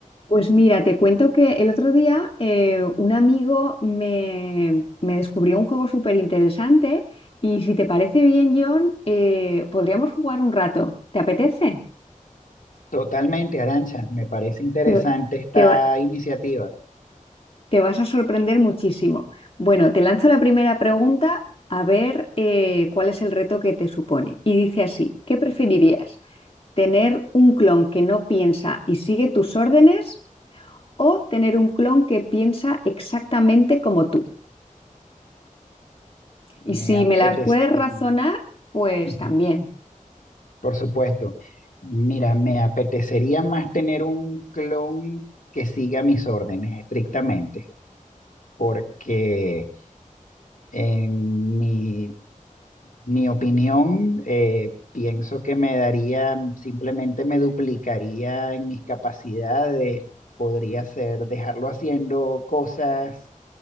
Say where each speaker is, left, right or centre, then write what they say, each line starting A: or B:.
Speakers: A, on the left (about 45°); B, on the left (about 70°).
A: Pues mira, te cuento que el otro día eh, un amigo me, me descubrió un juego súper interesante y si te parece bien, John, eh, podríamos jugar un rato. ¿Te apetece?
B: Totalmente, Arancha, me parece interesante
A: Te,
B: esta
A: te va-
B: iniciativa.
A: te vas a sorprender muchísimo. Bueno, te lanzo la primera pregunta a ver eh, cuál es el reto que te supone. Y dice así, ¿qué preferirías? ¿Tener un clon que no piensa y sigue tus órdenes o tener un clon que piensa exactamente como tú? Y
B: Me
A: si
B: apetecería,
A: me las puedes razonar, pues
B: Ujú.
A: también.
B: por supuesto, mira, me apetecería más tener un clon que siga mis órdenes estrictamente, porque en mi, mi opinión, eh, pienso que me daría, simplemente me duplicaría en mis capacidades, podría ser dejarlo haciendo cosas